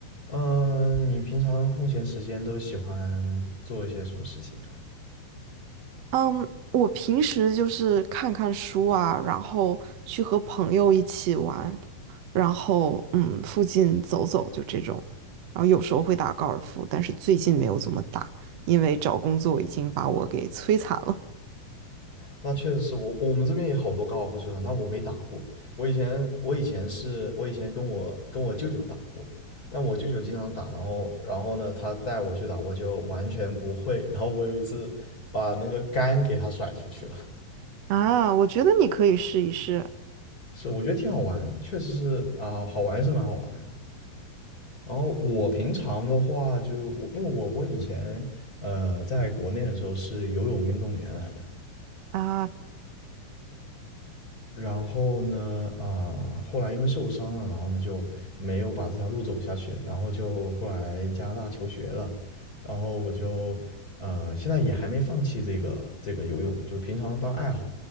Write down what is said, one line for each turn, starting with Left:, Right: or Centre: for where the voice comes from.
Left: 嗯，你平常空闲时间都喜欢做一些什么事情呀？
Right: 嗯，我平时就是看看书啊，然后去和朋友一起玩，然后嗯，附近走走就这种，然后有时候会打高尔夫，但是最近没有怎么打，因为找工作已经把我给摧残了。
Left: 那确实是我，我们这边也好多高尔夫球场，但我没打过。我以前，我以前是，我以前跟我跟我舅舅打过，但我舅舅经常打，然后然后呢，他带我去打，我就完全不会。然后我有一次把那个杆给他甩出去了，
Right: 啊，我觉得你可以试一试
Left: 是我觉得挺好玩的，确实是啊、好玩是蛮好玩的然后我平常的话就，我因为我我以前呃在国内的时候是游泳运动员来的。
Right: 啊，
Left: 然后呢，啊、呃后来因为受伤了，然后呢就没有把这条路走下去，然后就过来加拿大求学了。然后我就呃，现在也还没放弃这个这个游泳，就平常当爱好